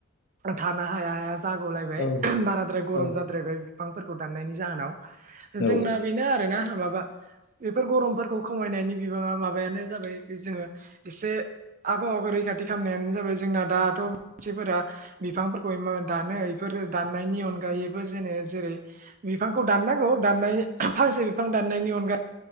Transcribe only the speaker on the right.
थानो हाया हाया जागुलायबाय
बाराद्राय गरम
जाद्रायबाय बिफांफोरखौ दाननायनि जाहोनाव
जोंना बेनो आरोना माबा बेफोर गरमफोरखौ खमायनायनि बिबाङा माबायानो जाबाय बे जोङो एसे आबहावाखौ रैखाथि खालामनायानो जाबाय जोंना दाथ' मानसिफोरा बिफांफोरखौ इमान दानो इफोर दाननायनि अनगायैबो जेनो जेरै बिफांखौ दानांगौ दाननाय फांसे बिफां दाननायनि अनगा